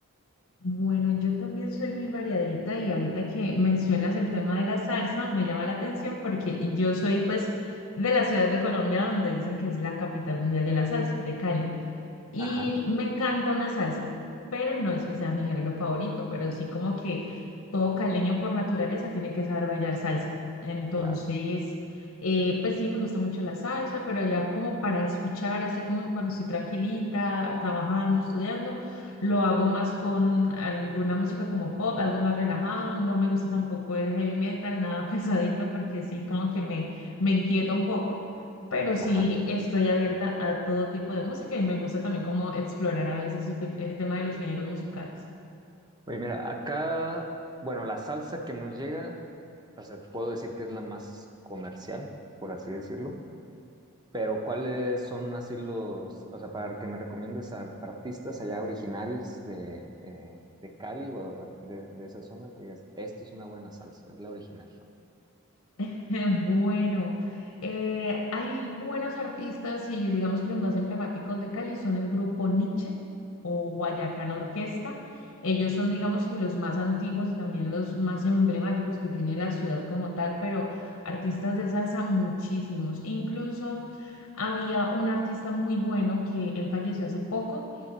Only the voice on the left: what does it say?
Bueno, yo también soy muy variadita y ahorita que mencionas el tema de la salsa me llama la atención porque yo soy pues de la ciudad de Colombia donde dicen que es la capital mundial de la salsa, de Cali. Y
me encanta una salsa, pero no es que sea mi género favorito, pero sí como que todo caleño por naturaleza tiene que saber bailar salsa. Entonces,
eh, pues sí, me gusta mucho la salsa, pero ya como para escuchar, así como cuando estoy tranquilita, trabajando, estudiando, lo hago más con alguna música como pop, algo más relajado. No me gusta tampoco el heavy metal, nada <laughs> pesadito, porque sí, como que me, me inquieta un poco. Pero sí
estoy abierta a todo tipo de música y me gusta también como explorar a veces ese, te- ese tema de los géneros musicales.
<laughs> Bueno, eh, hay buenos artistas y digamos que los más emblemáticos de Cali son el grupo Niche o Guayacán Orquesta. Ellos son, digamos que los más antiguos y también los más emblemáticos que tiene la ciudad como tal, pero artistas de salsa muchísimos. Incluso había un artista muy bueno que él falleció hace poco